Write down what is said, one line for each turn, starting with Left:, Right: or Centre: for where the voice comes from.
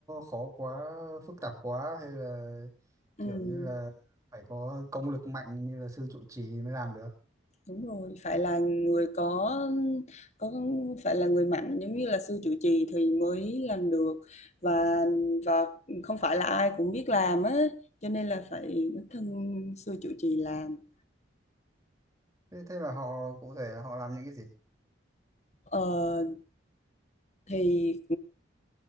Right: khó quá, phức tạp quá hay là
Left: Ừm,
Right: kiểu như là phải có công lực mạnh như là sư trụ trì mới làm được.
Left: đúng rồi phải là người có có phải là người mạnh giống như là sư trụ trì thì mới làm được và và không phải là ai cũng biết làm á cho nên là phải đích thân sư trụ trì làm
Right: Thế, thế là họ cụ thể là họ làm những cái gì?
Left: Ờ, thì